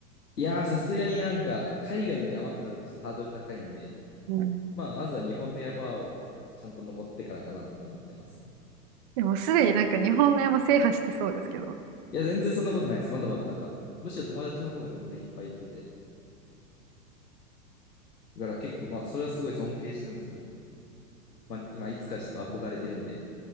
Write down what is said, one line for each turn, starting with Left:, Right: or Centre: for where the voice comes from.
Left: いやー、さすがになんか、海外の山ってなるとちょっとハードル高いんで、
Right: うん、
Left: まあ、まずは日本の山をちゃんと登ってからかなって思ってます。
Right: でもすでになんか日本の山制覇してそうですけど、
Left: いや、全然そんなことないです。まだまだなんか、むしろ友達の方が全然いっぱい行ってて、だから結構、まあ、それはすごい尊敬してるんですけど、まあ、今、いつかちょっと憧れてるんで、